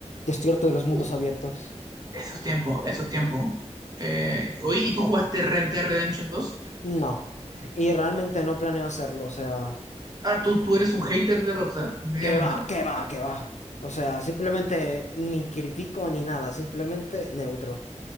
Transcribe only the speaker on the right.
uh,
esos tiempos, esos tiempos. Eh, oye, ¿y tú jugaste Red Dead Redemption dos
Ah, tú, tú eres un hater de Rockstar, evidentemente.